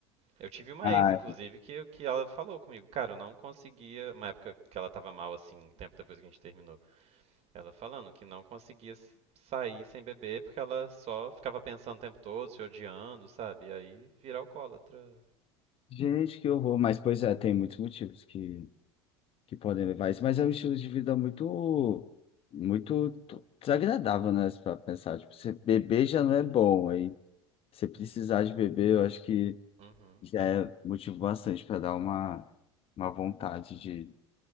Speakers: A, on the right; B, on the left.
A: Eu tive uma
B: Ah,
A: ex, inclusive, que, que ela falou comigo, cara, eu não conseguia, uma época que ela tava mal assim, um tempo depois que a gente terminou, ela falando que não conseguia s- sair sem beber porque ela só ficava pensando o tempo todo, se odiando, sabe? E aí vira alcoólatra.
B: gente, que horror. Mas, pois é, tem muitos motivos que que podem levar a isso, mas é um estilo de vida muito, muito to- desagradável, né? Para pensar, tipo, você beber já não é bom, aí você precisar de beber, eu acho que
A: Uhum,
B: já é motivo bastante para dar uma, uma vontade de,